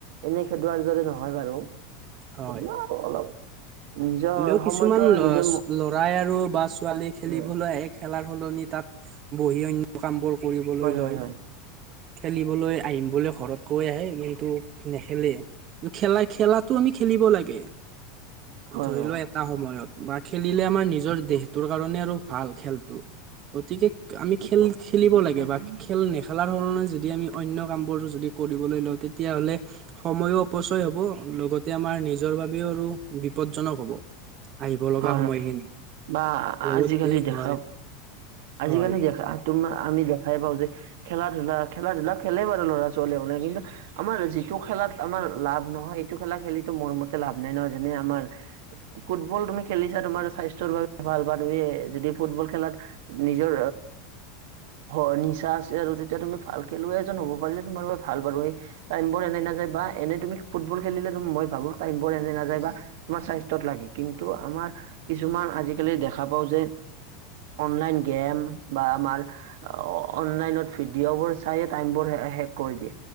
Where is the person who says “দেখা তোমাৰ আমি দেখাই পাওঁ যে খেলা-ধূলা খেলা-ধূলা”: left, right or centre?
Right